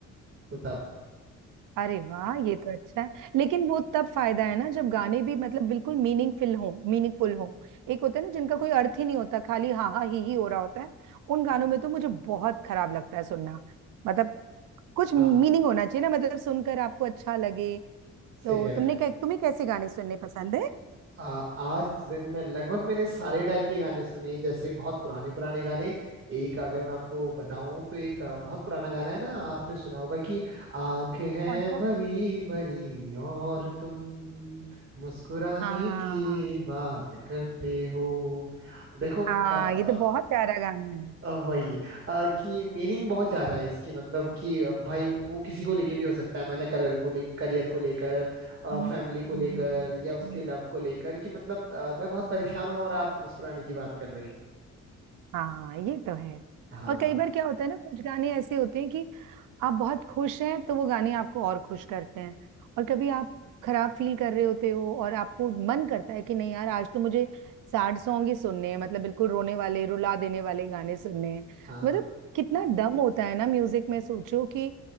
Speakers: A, on the right; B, on the right.
A: तो तब
B: अरे वाह ये तो अच्छा है लेकिन वो तब फायदा है ना जब गाने भी मतलब बिल्कुल मीनिंगफुल हो मीनिंगफुल हो एक होता है ना जिनका कोई अर्थ ही नहीं होता खाली हाँ हाँ ही ही हो रहा होता है उन गानों में तो मुझे बहुत खराब लगता है सुनना मतलब कुछ
A: हाँ
B: मीनिंग होना चाहिए ना मतलब सुनकर आपको अच्छा लगे
A: सही
B: तो
A: कह रहे
B: तुमने
A: हैं आप
B: कै, तुम्हें कैसे गाने सुनने पसंद है
A: आ, आज दिन में लगभग मैंने सारे टाइप के गाने सुने जैसे बहुत पुराने पुराने गाने एक अगर मैं आपको बताऊं तो एक आ, बहुत पुराना गाना है ना आपने सुना होगा कि आंखें
B: कौन सा
A: भरी भरी और तुम मुस्कुराने
B: हाँ
A: की बात करते हो देखो
B: हाँ
A: आ,
B: ये तो बहुत प्यारा गाना है
A: अ, वही अ, कि मीनिंग बहुत ज्यादा है इसकी मतलब कि भाई वो किसी को लेके भी हो सकता है मतलब करियर को ले करियर को लेकर
B: हम्म,
A: फैमिली को
B: हम्म,
A: लेकर
B: हम्म,
A: या उसके
B: हम्म।
A: लव को लेकर कि मतलब अ, मैं बहुत परेशान हूँ और आप मुस्कुराने की बात कर रहे हैं
B: हाँ ये तो है
A: हाँ
B: और कई बार क्या होता है ना कुछ गाने ऐसे होते हैं कि आप बहुत खुश हैं तो वो गाने आपको और खुश करते हैं और कभी आप खराब फील कर रहे होते हो और आपको मन करता है कि नहीं यार आज तो मुझे सैड सॉन्ग ही सुनने हैं मतलब बिल्कुल रोने वाले रुला देने वाले गाने सुनने हैं
A: हाँ
B: मतलब कितना दम होता है ना म्यूजिक में सोचो कि